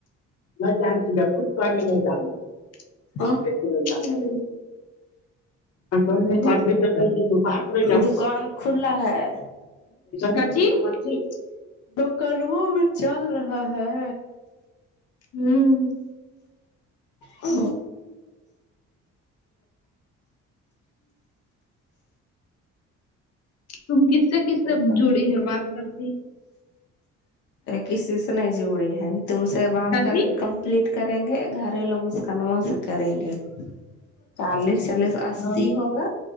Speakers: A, on the left; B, on the left.
A: میں جانتی ہو سب کچھ تو نہیں جانتی
B: آہ
A: <unintelligible> <unintelligible> مہاتما
B: دکان کھلا ہے
A: گاندھی <unintelligible>
B: کنوؤ میں چل رہا ہے
A: ہمم
B: ہ
A: تم کس سے کس سے جڑی ہے بات کرتی
B: کسی سے نہیں جڑی ہے تم سے بات
A: کاچی
B: کر کے کمپلیٹ کر کریں گے گھرلو مسکن وا سے کریں گے چالیس چالیس اسی
A: ہوں
B: ہوگئے